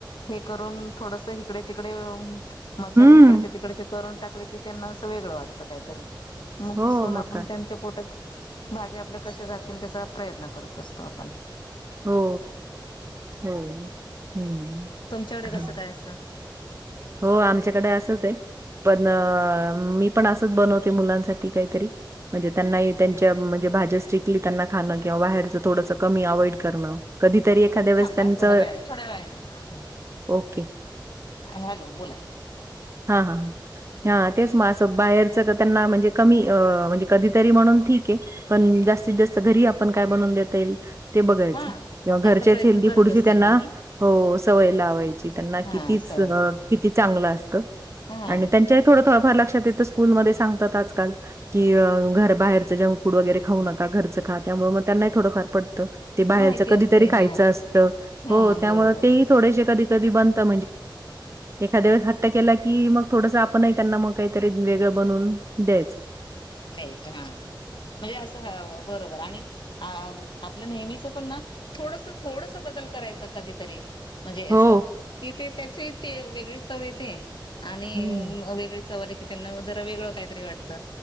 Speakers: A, on the left; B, on the right.
A: हे करून थोडस इकडे तिकडे मसाले
B: हम्म
A: हकडे त टाक क त्यांना अस वेगळ वाटत काहीतरी मग
B: हो
A: फासून
B: काय
A: पोटात भाजी आपल्या कश जातील त्याचा प्रयत्न करत असतो आपण
B: हो हो हो. हम्म
A: तुमच्याकडे
B: हा.
A: कसं काय असतं.
B: हो आमच्याकडे असंच आहे पण मी पण असंच बनवते मुलांसाठी काहीतरी म्हणजे त्यांना त्यांच्या म्हणजे भाज्या स्ट्रिकली त्यांना खाणं किंवा बाहेरचं थोडंसं क अवोइड करण कधीतरी एा देवस्थानच
A: थांबा थोडा वेळाने थोड्या वेळाने
B: ओके
A: हॅलो बोला
B: हा हा हा तेच मग असं बाहेर म्हणजे क म्हणजे कधीतरी म्हणून ठीक आहे. पण जास्तीत जास्त घरी आपण काय बनवून देता येईल ते बघायचं
A: हा
B: किंवा घरच्याच
A: ह्याचा प्रयत्न
B: हेल्दी
A: करत
B: पुढची
A: असते
B: त्यांना
A: मी
B: हो सवय ला लावायची त्यांना
A: हा
B: कितीच
A: सवय
B: किती चांगलं असतं
A: हा
B: आणि त्यांच्याही थोड, थोड फार लक्षात येत स्कूलमध्ये सांगतात आज काल कि घराबाहेरच जंक फूड वगैरे खाऊ नका घरचं खा त्यामुळे मग त्यांनाही थोडं फार पड ते बाहेरच
A: माहिती
B: कधीतरी
A: असते
B: खायचं
A: हा
B: असत
A: हा
B: हो त्यामुळे
A: बरोबर
B: ते थोडेसे कधी, कधी बनता एखाद्या वेळेस हट्ट केला कि मग थोडस आपणही त्यांना मग काहीतरी वेगळं बनवून द्यायच.
A: द्यायचं हा म्हणजे असं बरोबर आणि अ आपलं नेहमीचं पण ना थोडस, थोडस बदल करायचा कधीतरी म्हणजे
B: हो
A: असं कि ते त्याचे ते वेगळीच चव येते. आणि
B: हो
A: वेगळी चव आले की त्यांना जरा वेगळं काहीतरी वाटत.